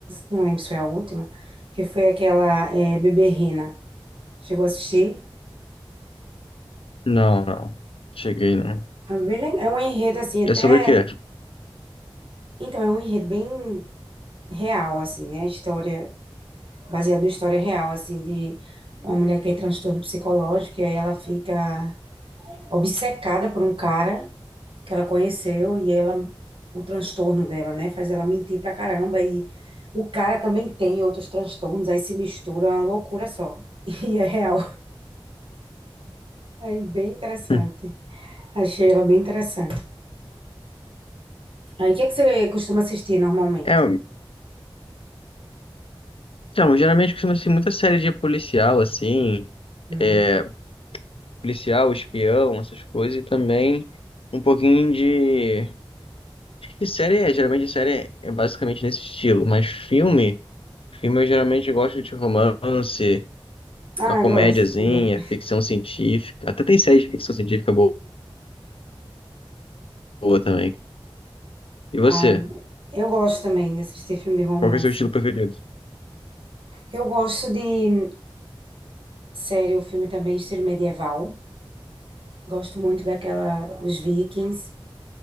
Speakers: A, on the right; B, on the left.
A: não lembro se foi a última, que foi aquela é, Bebê Rena. Chegou a assistir?
B: Não, não. Cheguei, não.
A: É bem le- é um enredo assim, até.
B: É sobre o quê?
A: Então, é um enredo bem real, assim, né? História, baseado em história real, assim, de uma mulher que tem transtorno psicológico, e aí ela fica obcecada por um cara que ela conheceu, e ela, o transtorno dela, né, faz ela mentir pra caramba, e o cara também tem outros transtornos, aí se mistura, é uma loucura só. <laughs> E é real. É bem interessante.
B: <laughs>
A: Achei ela bem interessante. Aí, o que é que você costuma assistir normalmente?
B: É, então, geralmente costuma ser muita série de policial, assim,
A: Hum.
B: é, policial, espião, essas coisas, e também um pouquinho de Que série é? Geralmente série é é basicamente nesse estilo, mas filme, filme eu geralmente gosto de romance,
A: Ah,
B: uma comédiazinha,
A: eu gosto também.
B: ficção científica. Até tem série de ficção científica boa, boa também. E você?
A: Ah, eu gosto também de assistir filme de romance.
B: Qual que é o seu estilo preferido?
A: Eu gosto de série ou filme também estilo medieval. Gosto muito daquela Os Vikings.